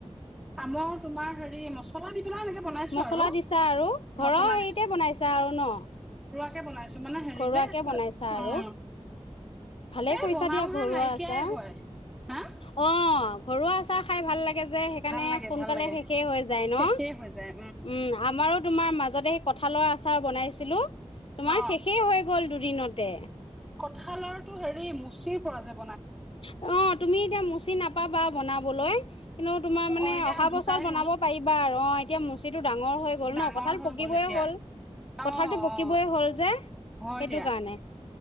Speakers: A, in the centre; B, on the left.
A: আমৰ তোমাৰ হেৰি মছলা দি পেলাই এনেকে বনাইছো
B: মছলা
A: আৰু
B: দিছা আৰু ঘৰৰ
A: মছলা
B: হেৰিতে বনাইছা আৰু ন।
A: এনেকে বনাই ছ মানে হেৰি
B: ঘৰুৱাকে
A: যে
B: বনাইছা
A: উম,
B: আৰু ভালে
A: এই
B: কৰিছা
A: বনাওহে
B: দিয়া ঘৰুৱা
A: নাইকিয়াই
B: আচাৰ
A: হয়। হা?
B: অ ঘৰুৱা আছাৰ খাই ভাল লাগে। যে সেইকাৰণে
A: ভাল লাগে
B: সোনকালে
A: ভাল লাগে
B: শেষে হৈ যায় ন।
A: শেষেই হৈ যায়
B: উম আমাৰো তোমাৰ মাজতে সেই ক কঁঠালৰ আচাৰ বনাইছিলোঁ। তোমাৰ
A: অ
B: শেষেই হৈ গ'ল দুদিনত তে
A: কঁঠালৰটো হেৰি মুচিৰ পৰা যায়।
B: অ তুমি এতিয়া মচি নাপাবা বনাবলৈ কিন্তু তোমাৰ মানে
A: অ এতিয়া
B: অহা
A: ঢুকাই
B: বছৰ বনাব
A: গ'ল
B: পাৰিবা আৰু অ এতিয়া মুচিটোত ডাঙৰ হৈ গল
A: ডাঙৰ
B: ন, কঁঠাল
A: হৈ
B: পকিবই
A: গ'ল এতিয়া
B: হ'ল।
A: অ
B: কঁঠালতটো পকিবই
A: অ
B: হ'ল যে
A: হয়
B: সেইটো
A: দিয়া
B: কাৰণে